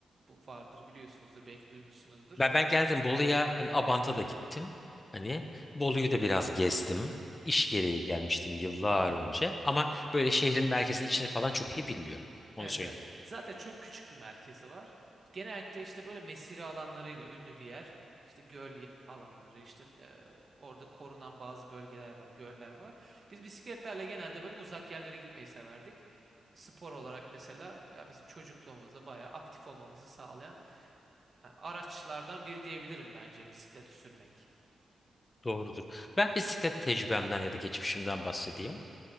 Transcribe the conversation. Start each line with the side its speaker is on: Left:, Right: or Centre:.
Right: bu vardır biliyorsunuzdur belki duymuşsunuzdur.
Left: ben ben geldim Bolu'ya, hani Abant'a da gittim. Hani Bolu'yu da biraz gezdim. İş gereği gelmiştim yıllar
Right: <laughs>
Left: önce ama böyle şehrin merkezinin içine falan çok iyi bilmiyorum. Onu
Right: Evet
Left: söyleyeyim.
Right: evet. Zaten çok küçük bir merkezi var. Genellikle işte böyle mesire alanlarıyla ünlü bir yer. İşte göl y- alanları, işte e, orada korunan bazı bölgeler var, göller var. Biz bisikletlerle genelde böyle uzak yerlere gitmeyi severdik. Spor olarak mesela ya bizim çocukluğumuzda bayağı aktif olmamızı sağlayan e, araçlardan biri diyebilirim bence bisikleti sürmek.
Left: Doğrudur. Ben bisiklet tecrübemden ya da geçmişimden bahsedeyim.